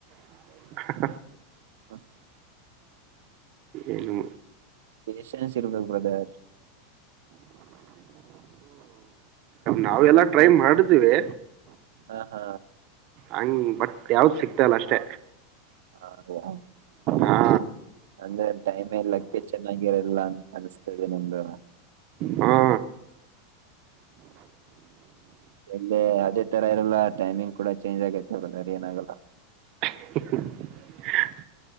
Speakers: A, on the right; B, on the right.
A: <inaudible>
B: <inaudible>
A: ಏನು
B: ಪೇಸೆನ್ಸ್ ಇರ್ಬೇಕ ಬ್ರದರ.
A: ನಾವೆಲ್ಲಾ ಟ್ರೈ ಮಾಡಿದ್ದೇವಿ.
B: ಹಾ ಹಾ.
A: ಹಂಗ್ ಬಟ್ ಯಾವ್ದ್ ಸಿಗ್ತಾ ಇಲ್ಲ ಅಷ್ಟೇ.
B: ಹ.
A: ಹಾ
B: ಅಂದ್ರೆ ಟೈಮ್ ಲಕ್ ಚನಾಗಿ ಇಲ್ಲ ಅನುಸ್ತಾ ಇದೆ ನಂದು.
A: ಹಾ.
B: ಎಲ್ಲೆ ಅದೇ ತರ ಇರಲ್ಲ ಟೈಮಿಂಗ್ ಕೂಡ ಚೇಂಜ್ ಆಗಿರ್ತಾದ್ ಅಂದ್ರೆ ಅದ್ ಏನಾಗಲ್ಲ.
A: <inaudible>